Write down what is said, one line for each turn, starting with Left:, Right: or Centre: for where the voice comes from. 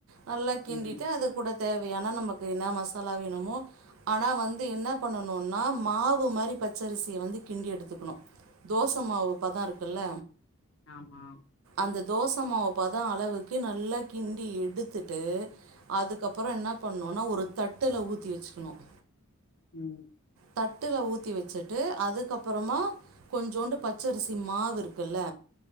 Right: நல்லா கிண்டிட்டு
Left: ம்
Right: அது கூட தேவையானால் நமக்கு என்ன மசாலா வேணுமோ ஆனால் வந்து என்ன பண்ணணுனா மாவு மாரி பச்சரிசிய வந்து கிண்டி எடுத்துக்கணும் தோச மாவு அப்ப தான் இருக்குல்ல
Left: ஆமா
Right: அந்த தோச மாவு பதம் அளவுக்கு நல்லா கிண்டி எடுத்துட்டு அதுக்கப்புறம் என்ன பண்ணுனா ஒரு தட்டுல ஊதி வச்சுக்கணும்
Left: உம்
Right: தட்டுல ஊத்தி வச்சுட்டு அதுக்கப்புறமா கொஞ்சோண்டு பச் ச்சரிசி மாவு இருக்குல்ல